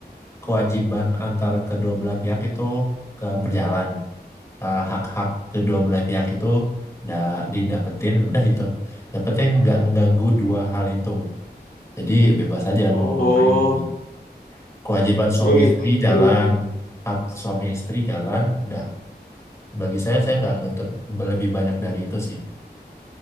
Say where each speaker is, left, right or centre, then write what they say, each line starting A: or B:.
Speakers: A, on the left (about 15°); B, on the left (about 65°).
A: kewajiban antar kedua belah pihak itu ke berjalan. eh, hak-hak kedua belah pihak itu udah didapetin udah itu yang penting nggak mengganggu dua hal itu jadi bebas aja
B: Oh,
A: mau ngapain gitu loh. kewajiban suami
B: oh gitu.
A: istri jalan hak suami istri jalan udah bagi saya saya nggak nuntut lebih banyak dari itu sih